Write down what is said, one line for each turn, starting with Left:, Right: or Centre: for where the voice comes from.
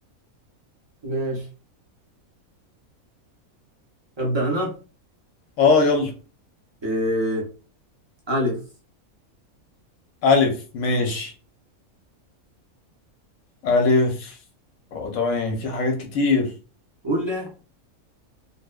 Right: ماشي أبدأ أنا
Left: اه يلا
Right: إيه. ألف
Left: ألف ماشي ألف اه طبعا يعني في حاجات كتير
Right: قول لا